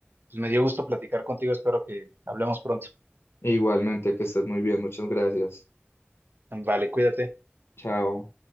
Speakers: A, on the right; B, on the left.
A: pues, me dio gusto platicar contigo. Espero que hablemos pronto.
B: igualmente, que estés muy bien, muchas gracias.
A: Vale, cuídate.
B: Chao.